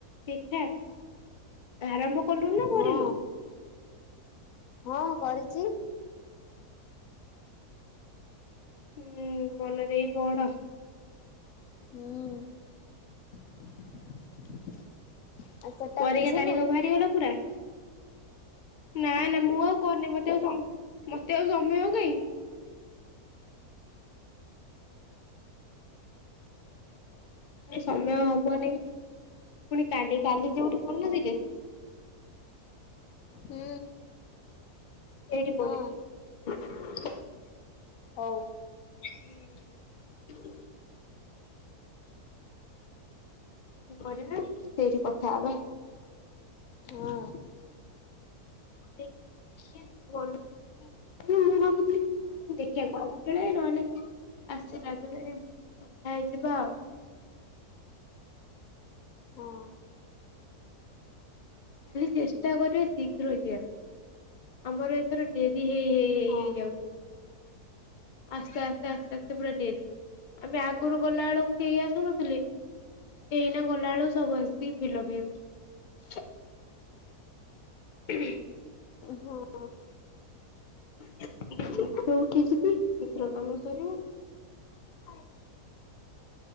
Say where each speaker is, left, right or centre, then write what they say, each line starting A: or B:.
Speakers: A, on the left; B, on the left.
A: ଠିକଠାକ ଆରମ୍ଭ କଲୁଣି ନା କରିନୁ
B: ହଁ ହଁ କରିଛି
A: ହୁଁ ମନ ଦେଇ ପଢ଼
B: ହୁଁ ଆଉ ସେଟା
A: ପରକ୍ଷା
B: ବୁଝିଲୁ
A: ତାରିଖ ବାହାରି ଗଲା ପୁରା ନା ନା ମୁଁ ଆଉ କହନି ମତେ ଆଉ ମତେ ଆଉ ସମୟ କାଇଁ? ସମୟ ହବନି ପୁଣି କାଲି କାଲି ଯୋଉଠି ପଢିନଥିଲେ
B: ହୁଁ
A: ଏଇଠି କରିବୁ
B: ହଁ ହଉ
A: ହୁଁ ି କରିବା ସେଇଠି କଥା ହେବା
B: ହଁ
A: ଦେ ଖି ପଲ ମୁଁ ଭାବୁଥିଲି କ ଦେଖିବା ଗଲା ବେଳେ ନହେଲେ ଆସିଲା ବେଳେ ଥା ହେଇଯିବା ଆଉ
B: ହଁ
A: କାଲି ଚେଷ୍ଟା କରିବା ଶୀଘ୍ର ଯିବାକୁ ଆମର ଏଥର ଡେରି ହେଇ ହେଇ ହେଇ
B: ହଁ
A: ହେଇଯାଉଛି ଆସ୍ତେ ଆସ୍ତେ ଆସ୍ତେ ଆସ୍ତେ ପୁରା ଡେରି ଆମେ ଆଗରୁ ଗଲା ବେଳକୁ କେହି ଆସୁନଥିଲେ ଏଇନା ଗଲା ବେଳୁ ସବୁ ଆସିିକି ଫିଲପ୍ ହେଇଯାଉଛନ୍ତି <unintelligible>
B: ହଁ
A: ଶୀଘ୍ର ଉଠି ଯିବି ଶୀଘ୍ର କାମ ସରିବ
B: ଆ